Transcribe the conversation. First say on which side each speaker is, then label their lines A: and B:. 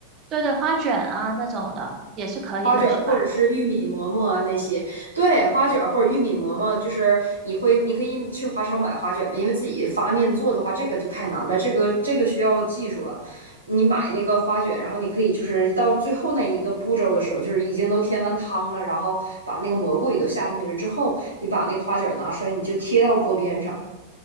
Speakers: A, on the right; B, on the right.
A: 对对花卷啊那种的，也是可以的，
B: 花卷儿或者是玉米馍馍啊那些，
A: 是吧？
B: 对，花卷儿或者玉米馍馍，就是你会，你可以去华超买花卷嘛，因为自己发面做的话，这个就太难了，这个这个需要技术了。你买那个花卷，然后你可以就是到最后那一个步骤的时候，就是已经都添完汤了，然后把那个蘑菇也都下进去了之后，你把那个花卷儿拿出来，你就贴到锅边上。